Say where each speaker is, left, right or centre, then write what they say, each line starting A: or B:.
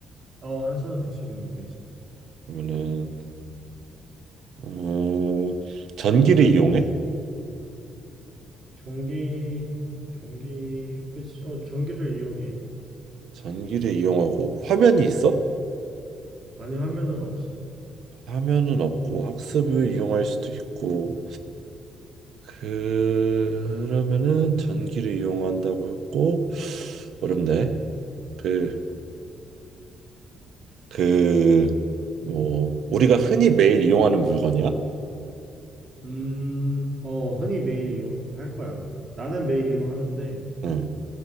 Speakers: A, on the right; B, on the right.
A: 어, 한손으로 들 수 있는 무게지.
B: 그러면은 음, 전기를 이용해?
A: 전기, 전기, 그치? 어, 전기를 이용해.
B: 전기를 이용하고 화면이 있어?
A: 아니, 화면은 없어.
B: 화면은 없고 학습을 이용할 수도 있고 그- 그러면은 전기를 이용한다고 했고 어렵네. 그 그 뭐 우리가 흔히 매일 이용하는 물건이야?
A: 음, 어, 흔히 매일 이용할 거야, 아마. 나는 매일 이용하는데,
B: 응.